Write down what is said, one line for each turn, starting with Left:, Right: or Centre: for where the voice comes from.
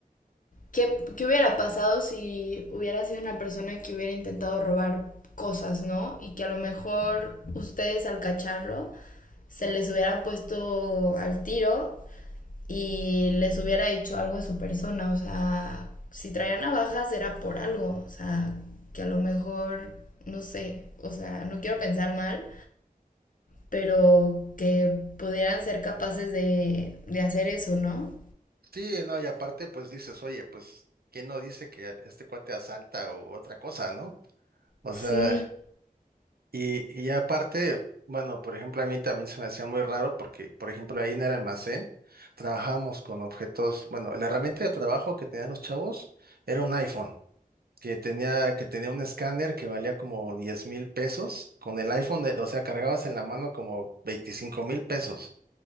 Left: ¿qué, qué hubiera pasado si hubiera sido una persona que hubiera intentado robar cosas, ¿no? Y que a lo mejor ustedes al cacharlo se les hubiera puesto al tiro y les hubiera hecho algo a su persona. O sea, si traía navajas era por algo. O sea, que a lo mejor, no sé, o sea, no quiero pensar mal, pero que pudieran ser capaces de, de hacer eso, ¿no?
Right: Sí, no, y aparte, pues dices, oye, pues, ¿quién no dice que este cuate asalta o otra cosa, ¿no? O
Left: Sí,
Right: sea, y, y aparte, bueno, por ejemplo, a mí también se me hacía muy raro porque, por ejemplo, ahí en el almacén trabajábamos con objetos, bueno, la herramienta de trabajo que tenían los chavos era un iPhone. que tenía, que tenía un escáner que valía como diez mil pesos, con el iPhone, de- o sea, cargabas en la mano como veinticinco mil pesos.